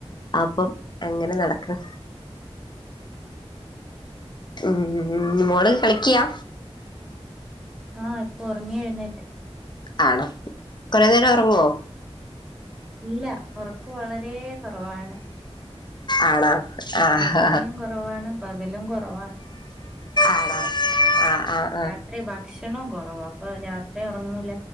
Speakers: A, on the left (about 45°); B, in the centre.
A: അപ്പം അങ്ങനെ നടക്കാ ഉം മോള് കളിക്കയാ
B: ആഹ് ഇപ്പൊ ഉറങ്ങി എഴുന്നേറ്റ്
A: ആണോ കുറെ നേരം ഒറങ്ങോ
B: ഇല്ല ഉറക്ക് വളരെ കുറവാണ്
A: ആണോ ആഹ്
B: രാത്രിയും കുറ കുറവാണ് പകലും കൊറവാണ്
A: ആണോ ആഹ് ആഹ്
B: രാത്രി ഭക്ഷണവും കുറവാ അപ്പൊ രാത്രി ഒറങ്ങൂല